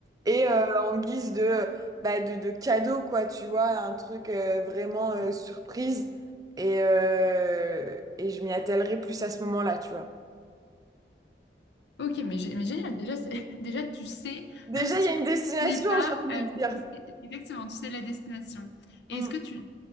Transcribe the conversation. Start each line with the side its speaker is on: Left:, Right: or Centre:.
Right: et euh, en guise de bah, de, de cadeau, quoi, tu vois, un truc euh, vraiment euh,
Left: Mm.
Right: surprise. Et, euh, et je m'y attellerai plus à ce moment-là, tu vois.
Left: Ok, mais, gé- mais génial. Déjà, c'est- <laughs> déjà, tu sais,
Right: Déjà,
Left: même si
Right: il
Left: tu
Right: y a une destination,
Left: n'es pas,
Right: j'ai envie
Left: euh,
Right: de dire.
Left: tu sais- exactement, tu sais la destination.
Right: Mm.
Left: Et est-ce que tu,